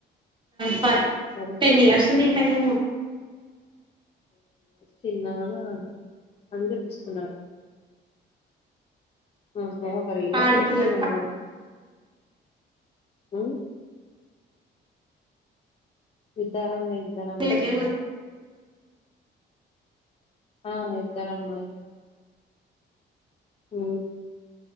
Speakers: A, on the right; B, on the left.
A: ఫ
B: మరి
A: టెన్ ఇయర్స్ఉన్నింటాయోమో
B: చిన్నగానే కనిపిస్తున్నారు అ హే ఒక రీల్లో
A: ఆడపిల్ల
B: చూసిన నేను కూడా ఉ అయితంది. ఇద్దరమ్మాయిలే.
A: ఆడపిల్లకే
B: ఆ ఇద్ధరమ్మయిలే. ఊ